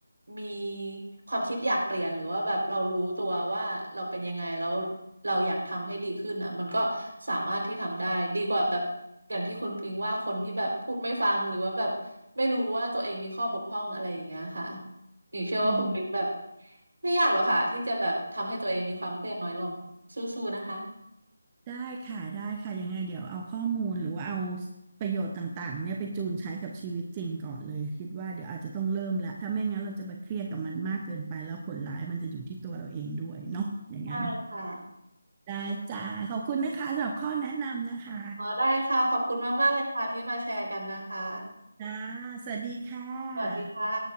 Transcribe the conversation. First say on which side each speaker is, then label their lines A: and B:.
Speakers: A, on the right; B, on the right.
A: มีความคิดอยากเปลี่ยนหรือว่าแบบเรารู้ตัวว่าเราเป็นยังไงแล้วเราอยากทำให้ดีขึ้นอ่ะมันก็สามารถที่ทำได้ดีกว่าแบบอย่างที่คุณปิงว่าคนที่แบบพูดไม่ฟังหรือว่าแบบไม่รู้ว่าตัวเองมีข้อบกพร่องอะไรอย่างเงี้ยค่ะหญิงเชื่อว่าคุณปิงแบบ
B: อืม
A: ไม่ยากหรอกค่ะที่จะแบบทำให้ตัวเองมีความเครียดน้อยลงสู้ๆนะคะ
B: ได้ค่ะได้ค่ะยังไงเดี๋ยวเอาข้อมูลหรือว่าเอาประโยชน์ต่างๆเนี่ยไปจูนใช้กับชีวิตจริงก่อนเลยคิดว่าเดี๋ยวอาจจะต้องเริ่มละถ้าไม่งั้นเราจะไปเครียดกับมันมากเกินไปแล้วผลร้ายมันจะอยู่ที่ตัวเราเองด้วยเนาะอย่างนั้น
A: ใช่ค่ะ
B: ได้จ้าขอบคุณนะคะสำหรับข้อแนะนำนะคะ
A: อ๋อได้ค่ะขอบคุณมากๆเลยค่ะที่มาแชร์กันนะคะ
B: จ้า สวัสดีค่ะ
A: สวัสดีค่ะ